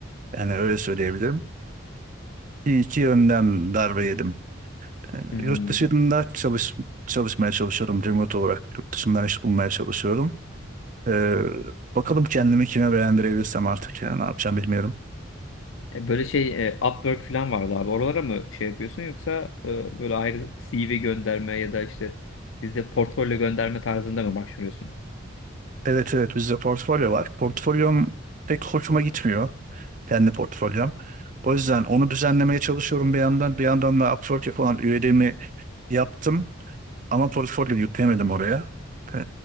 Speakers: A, on the right (about 40°); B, on the left (about 70°).
A: Yani öyle söyleyebilirim. İki, iki yönden darbe yedim. Ee,
B: Hmm.
A: yurt dışında çalış, çalışmaya çalışıyorum. Remote olarak yurt dışından iş bulmaya çalışıyorum. Ee, bakalım kendimi kime beğendirebilirsem artık yani ne yapacağım bilmiyorum.
B: E, Böyle şey e, Upwork falan vardı abi. Oralara mı şey yapıyorsun yoksa e, böyle ayrı CV gönderme ya da işte bizde portfolyo gönderme tarzında mı başvuruyorsun?
A: Evet evet bizde portfolyo var. Portfolyom pek hoşuma gitmiyor. Kendi portfolyom. O yüzden onu düzenlemeye çalışıyorum bir yandan. Bir yandan da Upwork'e falan üyeliğimi yaptım. Ama portfolyo yüklemedim oraya. Ee,